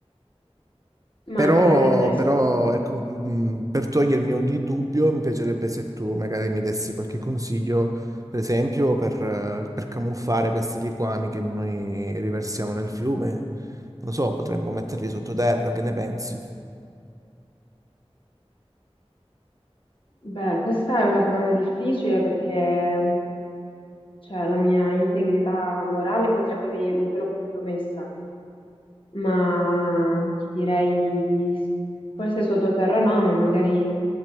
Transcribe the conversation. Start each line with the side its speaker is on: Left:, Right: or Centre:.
Left: Ma
Right: Però,
Left: eh, ne-
Right: però, ecco, mh, per togliermi ogni dubbio, mi piacerebbe se tu magari mi dessi qualche consiglio, per esempio, per, eh, per camuffare questi liquami che noi riversiamo nel fiume. Non so, potremmo metterli sottoterra, che ne pensi?
Left: beh, questa è una domanda difficile perché cioè, la mia integrità morale potrebbe venire un pelo compromessa. ma ti direi di s- forse sottoterra no, ma magari